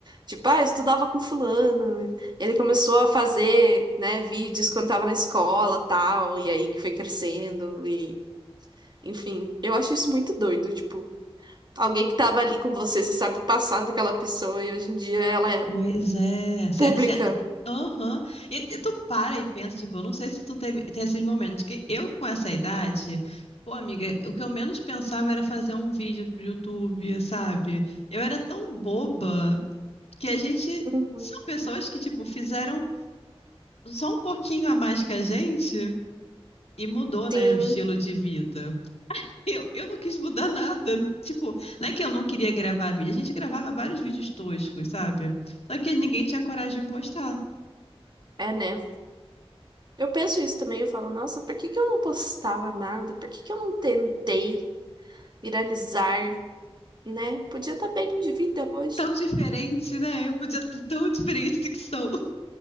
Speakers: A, on the right; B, on the left.
A: tipo, ah, eu estudava com fulano, ele começou a fazer, né, vídeos quando tava na escola, tal, e aí que foi crescendo e enfim, eu acho isso muito doido, tipo, alguém que tava ali com você, você sabe o passado daquela pessoa e hoje em dia ela é
B: Pois é. Cê,
A: pública.
B: cê... Aham. E, e tu para e pensa, tipo, eu não sei se tu teve, tem esses momentos, que eu com essa idade, pô, amiga, o que eu menos pensava era fazer um vídeo pro YouTube, sabe? Eu era tão boba que a gente.
A: Uhum.
B: São pessoas que, tipo, fizeram só um pouquinho a mais que a gente e mudou, né,
A: Sim,
B: o estilo de vida. <laughs> Eu, eu não quis mudar nada. Tipo, não é que eu não queria gravar vídeo. A gente gravava vários vídeos toscos, sabe? Só que ninguém tinha coragem de postar.
A: é, né? Eu penso isso também, eu falo, nossa, por que que eu não postava nada? Por que que eu não tentei viralizar, né? Podia estar bem de vida hoje.
B: Tão diferente, né? Eu podia estar tão diferente do que sou.